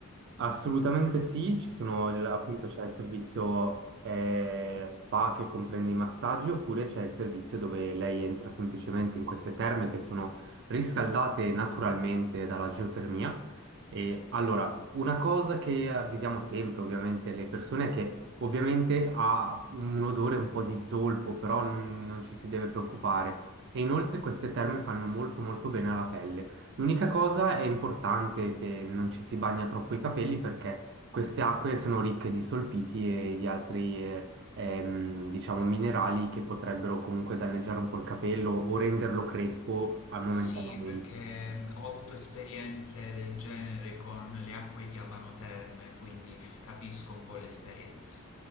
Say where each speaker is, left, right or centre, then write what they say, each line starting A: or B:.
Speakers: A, on the right (about 50°); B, on the left (about 65°).
A: Assolutamente sì, ci sono il- appunto c'è il servizio eh, spa che comprende i massaggi oppure c'è il servizio dove lei entra semplicemente in queste terme che sono riscaldate naturalmente dalla geotermia. E allora, una cosa che avvisiamo sempre ovviamente le persone è che ovviamente ha un odore un po' di zolfo, però non non ci si deve preoccupare. E inoltre queste terme fanno molto molto bene alla pelle. L'unica cosa è importante che non ci si bagna troppo i capelli perché queste acque sono ricche di solfiti e di altri, eh, ehm, diciamo, minerali che potrebbero comunque danneggiare un po' il capello o renderlo crespo a- momentaneamente.
B: Sì, perché mm, ho avuto esperienze del genere con le acque di Abano Terme, quindi capisco un po' l'esperienza.